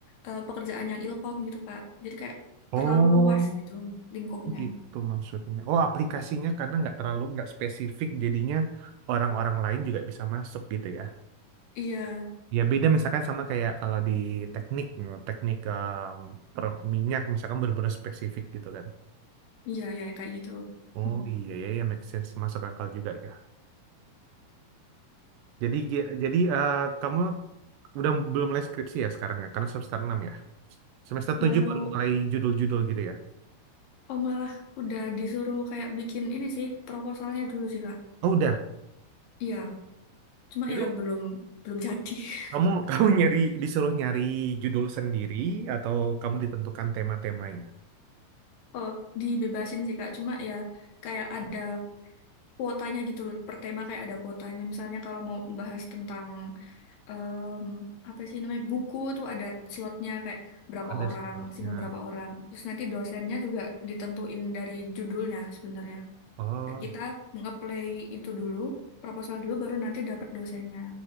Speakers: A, on the left (about 75°); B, on the right (about 80°).
A: eh, pekerjaan yang Ilkom gitu Kak. Jadi kayak
B: Oh,
A: terlalu luas gitu lingkupnya.
B: gitu maksudnya. Oh, aplikasinya karena nggak terlalu, nggak spesifik, jadinya orang-orang lain juga bisa masuk gitu ya.
A: Iya.
B: Ya beda misalkan sama kayak kalau di teknik, teknik em, per minyak misalkan benar spesifik gitu kan.
A: Iya, ya kayak gitu.
B: Oh
A: Hmm.
B: iya ya, ya make sense masuk akal juga ya. Jadi gi- jadi eh, kamu udah belum mulai skripsi ya sekarang ya, karena semester 6 ya. Semester 7
A: Baru
B: baru mulai judul-judul gitu ya.
A: oh malah udah disuruh kayak bikin ini sih proposalnya dulu sih Kak.
B: Oh udah.
A: Iya, cuma
B: Itu
A: ya belum belum jadi. <laughs>
B: Kamu <laughs> kamu nyari disuruh nyari judul sendiri atau kamu ditentukan tema-temanya?
A: Oh, dibebasin sih Kak. Cuma ya kayak ada kuotanya gitu loh. Per tema kayak ada kuotanya. Misalnya kalau mau bahas tentang em, apa sih namanya buku itu ada slotnya kayak berapa
B: Ada
A: orang,
B: sebabnya.
A: maksimal berapa orang. Terus nanti dosennya juga ditentuin dari judulnya sebenarnya.
B: Oh,
A: Kayak kita nge-play itu dulu, proposal dulu baru nanti dapat dosennya.